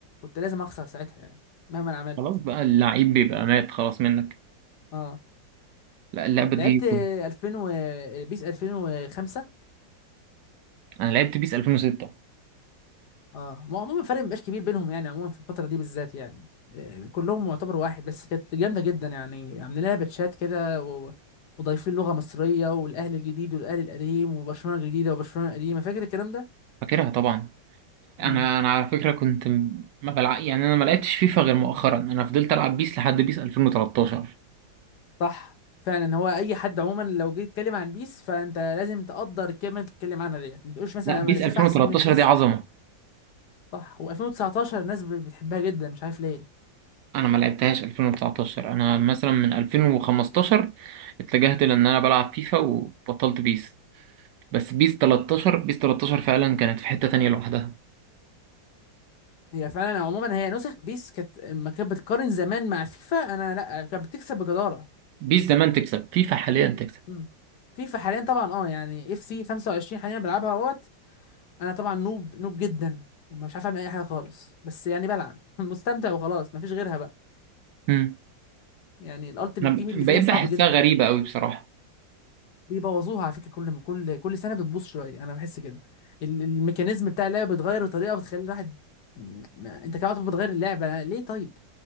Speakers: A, on the left (about 65°); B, on the right (about 75°).
A: لازم اخسر ساعتها يعني مهما انا عملت
B: خلاص بقى اللعيب بيبقى مات خلاص منك
A: اه
B: لا اللعبة
A: لعبت
B: دي كنت...
A: 2000 و بيس 2005
B: انا لعبت بيس 2006
A: اه ما هو عموما الفرق مبقاش كبير بينهم يعني عموما في الفترة دي بالذات يعني آه، كلهم معتبر واحد بس كانت جامدة جدا يعني عاملين لها باتشات كده و... وضايفين لغة مصرية والأهلي الجديد والأهلي القديم وبرشلونة الجديدة وبرشلونة القديمة فاكر الكلام ده؟
B: فاكرها طبعا انا
A: امم
B: انا على فكرة كنت م- ما بلع... يعني انا ما لعبتش فيفا غير مؤخرا انا فضلت العب بيس لحد بيس 2013
A: صح فعلا هو أي حد عموما لو جيت تتكلم عن بيس فأنت لازم تقدر الكلمة اللي بتتكلم عنها ديت ما تقولش مثلا
B: لا بيس
A: أنا فيفا
B: 2013
A: أحسن من بيس
B: دي عظمة
A: صح و2019 الناس ب- بتحبها جدا مش عارف ليه
B: انا ما لعبتهاش 2019 انا مثلا من 2015 اتجهت لان انا بلعب فيفا وبطلت بيس بس بيس 13 بيس 13 فعلا كانت في حتة تانية لوحدها
A: هي فعلا عموما هي نسخ بيس كانت لما كانت بتقارن زمان مع فيفا انا لا كانت بتكسب بجداره
B: بيس زمان تكسب فيفا حاليا تكسب
A: مم. فيفا حاليا طبعا اه يعني اف سي 25 حاليا بلعبها اهوت انا طبعا نوب نوب جدا مش عارف اعمل اي حاجه خالص بس يعني بلعب <laughs> مستمتع وخلاص مفيش غيرها بقى
B: امم
A: يعني الالتيميت
B: انا
A: تيم اللي
B: بقيت
A: فيها صعب
B: بحسها
A: جدا
B: غريبة قوي بصراحة
A: بيبوظوها على فكره كل كل كل سنه بتبوظ شويه انا بحس كده ال- الميكانيزم بتاع اللعبه بيتغير بطريقه بتخلي الواحد م- انت كده بتغير اللعبه ليه طيب